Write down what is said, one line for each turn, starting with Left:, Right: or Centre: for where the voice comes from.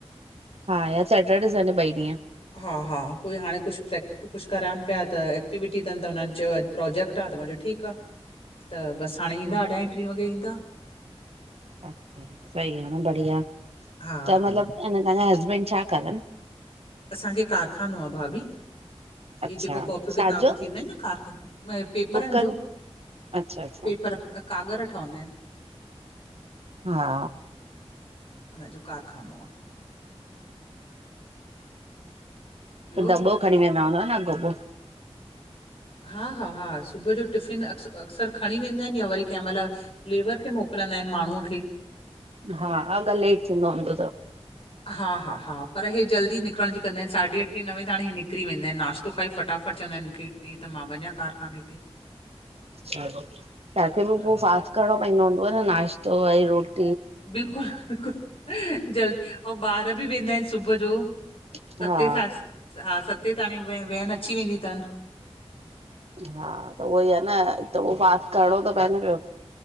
Right: हा सेटर्डे सॾें ॿई ॾींहं।
Left: हा हा कोई हाणे कुझु प्रैक्ट कुझु कराइनि प्या त एक्टिविटी तन त हुननि चयो अॼु प्रोजेक्ट आ त मां चो ठीकु क त ॿसि हाणें त बसि हाणे ईंदा
Right: हा
Left: अढ़ाई ट्री वॻे ईंदा।
Right: अच्छा सही आ न बढ़िया त
Left: हा हा
Right: मतलबु अंञा तव्हांजा हसबैंड छा करनि?
Left: असांखे कारखानो आ भाभी। हे
Right: अच्छा
Left: जेको कॉपियूं
Right: छाजो
Left: किताबु थींदा आहिनि न काॻर पेपरनि
Right: बुकनि
Left: जो
Right: अच्छा अच्छा
Left: पेपर कागर ठहंदा आहिनि।
Right: हा।
Left: उनजो कारखानो आहे। ॿियो
Right: त ॾंॿो खणी वेंदा हूंदा न अगोपो।
Left: हाहा हा सुबुह जो टिफिन अक्स अक्सर खणी वेंदा आहिनि या वरी कंहिं महिल लेबर खे मोकिलींदा आहिनि माण्हूअ खे।
Right: हा, अगर लेट थींदो हुंदो त
Left: हा हा हा पर हे जल्दी निकिरण जी कंदा आहिनि साढे अठे नवें ताणी इहे निकिरी वेंदा आहिनि नाश्ता तो खाई फटाफट चवंदा आहिनि मूंखे ॾींं त मां वञा कारखाने ते।
Right: तव्हांखे बि
Left: हा
Right: पोइ फास्ट करिणो पवंदो हूंदो आहे न नाश्तो वरी रोटी।
Left: बिल्कुलु ह ह बिलकुलु जल्दी ऐं बार घ बि वेंदा आहिनि सुबह जो
Right: हा
Left: सते सां हा सते ताणी व वैन अची वेंदी अथनि।
Right: हा त उहो ई आहे न त उहो फास्ट करणो थो पए न पियो